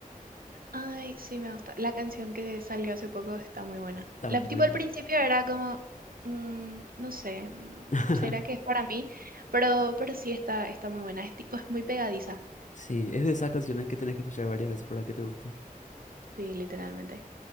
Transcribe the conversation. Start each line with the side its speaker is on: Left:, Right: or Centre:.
Right: Ay, sí, me gusta. La canción que salió hace poco está muy buena.
Left: Está
Right: La,
Left: muy
Right: tipo, al
Left: bueno.
Right: principio era como, mm, no sé, mm,
Left: <laughs>
Right: ¿será que es para mí? Pero, pero sí está, está muy buena. Es tipo, es muy pegadiza.
Left: Sí, es de esas canciones que tenés que escuchar varias veces para que te guste.
Right: Sí, literalmente.